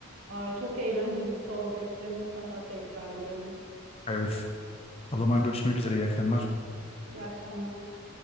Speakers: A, on the right; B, on the left.
A: Aa, çok eğlenceli bir sohbetti. Mutlaka tekrarlayalım.
B: Evet. O zaman görüşmek üzere. iyi akşamlar.
A: İyi akşamlar.